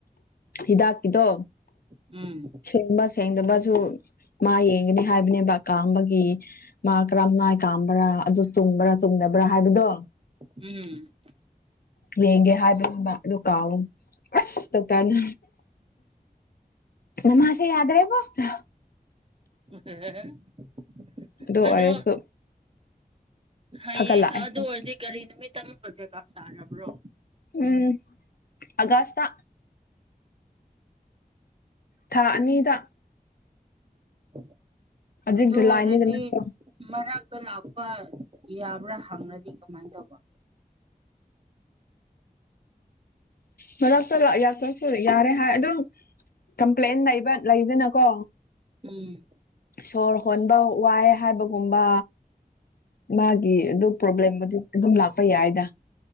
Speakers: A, on the left; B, on the right.
A: ꯍꯤꯗꯥꯛꯀꯤꯗꯣ
B: ꯎꯝ
A: ꯁꯦꯡꯕ ꯁꯦꯡꯗꯕꯁꯨ ꯃꯥ ꯌꯦꯡꯒꯅꯤ ꯍꯥꯏꯕꯅꯦꯕ ꯀꯥꯡꯥꯝꯕꯒꯤ ꯃꯥ ꯀꯔꯝꯃꯥꯏꯟ ꯀꯥꯝꯕ꯭ꯔꯥ ꯑꯗꯨ ꯆꯨꯝꯕ꯭ꯔꯥ ꯆꯨꯝꯗꯕ꯭ꯔꯥ ꯍꯥꯏꯕꯗꯣ
B: ꯎꯝ
A: ꯌꯦꯡꯒꯦ ꯍꯥꯏꯕꯅ‌ꯦꯕ ꯑꯗꯨ ꯀꯥꯥꯎ ꯑꯁ ꯇꯧ ꯇꯅ ꯅꯃꯁꯤꯦ ꯌꯥꯗ꯭ꯔꯦ ꯐꯥꯎꯠꯇ
B: <unintelligible>
A: ꯑꯗꯨ
B: ꯑꯗꯣ
A: ꯑꯣꯏꯔꯁꯨ
B: ꯍꯌꯦꯡ
A: ꯐꯒꯠꯂꯛꯑꯦ
B: ꯑꯗꯨ ꯑꯣꯏꯔꯗꯤ ꯀꯒꯥꯔꯤ ꯅꯨꯃꯤꯠ ꯇꯝꯕ ꯆꯦꯛꯑꯞ ꯇꯥꯔꯕ꯭ꯔꯣ
A: ꯎꯝ ꯑꯒꯥꯁ ꯊꯥ ꯑꯅꯤꯗ
B: <inaudible>
A: ꯍꯧꯖꯤꯛ
B: ꯑꯗꯨ
A: ꯖꯨꯂꯥꯏꯅꯤꯗꯅꯀꯣ
B: ꯑꯣꯏꯔꯗꯤ ꯃꯔꯀ ꯂꯥꯛꯄ ꯌꯥꯕ꯭ꯔꯥ ꯈꯪꯅꯗꯤ ꯀꯃꯥꯏꯅ ꯇꯧꯕ
A: ꯃꯔꯛꯇ ꯂ ꯆꯁꯨ ꯌꯥꯔꯦ ꯍꯥꯏ ꯑꯗꯨꯝ ꯀꯝꯄ꯭ꯂꯦꯟ ꯂꯩꯕ ꯂꯩꯗꯅꯀꯣ
B: ꯎꯝ
A: ꯁꯣꯔ ꯍꯣꯟꯕ ꯋꯥꯏ ꯍꯥꯏꯕꯒꯨꯝꯕ ꯃꯥꯒꯤ ꯑꯗꯨ ꯄ꯭ꯔꯣꯕ꯭ꯂꯦꯝ ꯑꯗꯨꯝ ꯂꯥꯛꯄ ꯌꯥꯏꯗ